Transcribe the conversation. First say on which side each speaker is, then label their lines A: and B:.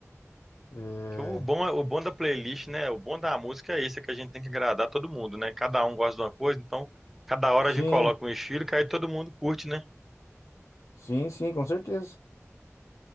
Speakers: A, on the left (about 75°); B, in the centre.
A: É,
B: Que o bom, é- o bom da playlist, né? O bom da música é isso, é que a gente tem que agradar todo mundo, né? Cada um gosta de uma coisa, então cada hora
A: sim,
B: a gente coloca um estilo que aí todo mundo curte, né?
A: sim, sim, com certeza.